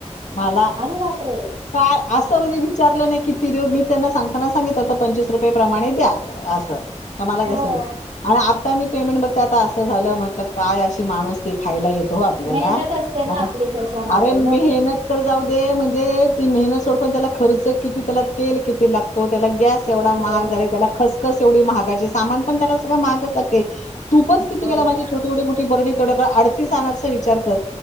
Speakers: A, on the left; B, on the right.
A: मला
B: अरे बापरे
A: काय असं म्हणजे विचारलं नाही कि ती देऊ मी त्यांना सांगताना सांगित होत, पंचवीस रुपये प्रमाणे द्या. असं. कमाला घस
B: हो
A: आणि आ ता मी पेमेंट बघते आता असं झालं म्हटलं काय अशी माणूसकी खायला येतो. आपल्याला
B: मेहनत असते ना
A: मग,
B: आपली त्याच्यामध्ये
A: अरे
B: मग.
A: मेहनत तर जाऊ दे म्हणजे ती मेहत सोड त्या खर्च किती त्याला तेल किती लागतो त्याला गॅस एवढा महाग
B: बरोबर
A: झाला त्याला खसखस तेवढी महागाचे सामान पण त्याला सगळं महागच लागते. तूपच किती
B: बरोबर
A: गेल, माझी छोट-ओटी मोठी बर्डी तेवड्यात आडतीस अनारसे विचार कर.